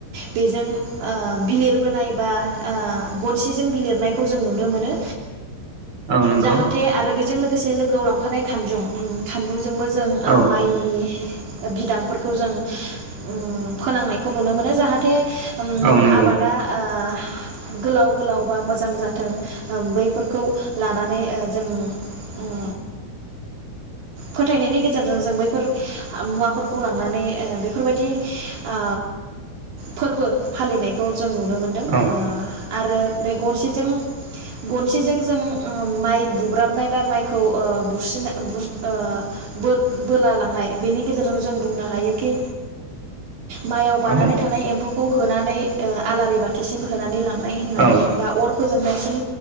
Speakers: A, on the right; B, on the right.
A: बेजों ओ बिलिरबोनाय बा ओ गनसेजों बिलिरनायखौ जों नुनो मोनो।
B: औ नंगौ
A: जाहाथे आरो बेजों लोगो लोगोसे लोगोआव लांफानाय खानजुं उम खानजुंजोंबो जों ओ
B: औ
A: माइनि बिदांफोरखौ जों उम फोनांनायखौ नुनो मोनो जाहाथे उम
B: औ नंगौ
A: आबादा ओ गोलाव गोलाव बा मोजां जाथों ओ बैफोरखौ लानानै ओ जों उम फोथायनायनि गेजेरजों जों बैफोर मुवाफोरखौ लांनानै ओ बेफोरबायदि ओ फोरबो फालिनायखौ जों नुनो मोन्दों ओ
B: औ
A: आरो बे गनसिजों गनसिजों जों ओ माइ बुब्राबनाय बा माइखौ ओ बुस्रिना बुर ओ बोर बोला लांनाय बेनि गेजेरजों जों बुंनो हायोखि माइआव बानानै
B: औ
A: थानाय एम्फौखौ होनानै, ओ आलारि बाथिसिम, होनानै लांनाय होननानै
B: औ
A: बा अर फोजोंनायसिम